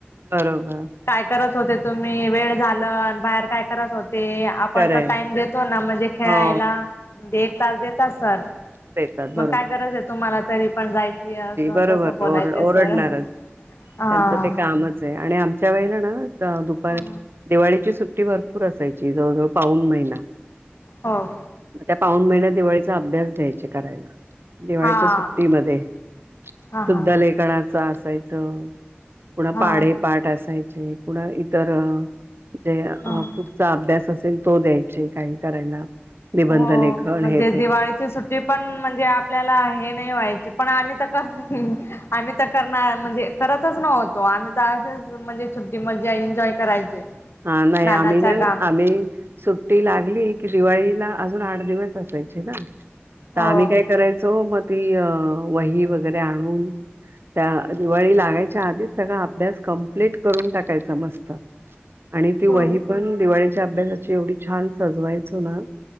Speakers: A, on the right; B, on the left.
A: बरोबर
B: काय करत होते तुम्ही वेळ झाल बाहेर काय करात होते आपण
A: खरंय
B: तर टाइम देतो ना म्हणजे खेळायला
A: हो
B: म्हणजे एक तास देतात सर
A: देतात
B: मग
A: बरोबर
B: काय गरज आहे तुम्हाला तरी पण जायची असं
A: बरोबर
B: तसं बोलायच
A: ओर ओरडणारच
B: सर हा
A: त्यांचं ते कामच आहे आणि आमच्या वेळेला ना दुपार
B: हो
A: दिवाळीची सुट्टी भरपूर असायची जवळजवळ पाऊन महिना
B: हां
A: मग त्या पाऊन महिन दिवाळीचा अभ्यास द्यायचे करायला दिवाळीच्या
B: हा.
A: सुट्टीमध्ये
B: हा हा
A: शुद्ध लेखनाचा असायचं कुणा
B: हा
A: पाडेपाठ असायचे कुणा इतर जे
B: हा.
A: पुढचा अभ्यास असेल तो द्यायचे काही करायला निबंध
B: हो
A: लेखन
B: म्हणजे
A: हे
B: दिवाळीची
A: ते
B: सुट्टी पण म्हणजे आपल्याला हे नाही व्हायची पण आम्ही तर आम्ही तर करणार म्हणजे करतच नव्हतो आम्ही तर असेच म्हणजे छट्टी मध्ये एन्जॉय करायचे
A: हा नाही
B: नानाच्या
A: आम्ही ना
B: गावी
A: आम्ही सुट्टी लागली की दिवाळीला अजून आठ दिवस असायचे ना
B: हो
A: तर आम्ही काय करायचो मग ती वही वगैरे आणून त्या दिवाळी लागायच्या आधीच सगळा अभ्यास कम्प्लीट करून टाकायचा मस्त आणि ती वही
B: हो
A: पण दिवाळीच्या अभ्यासाची एवढी छान सजवायचो ना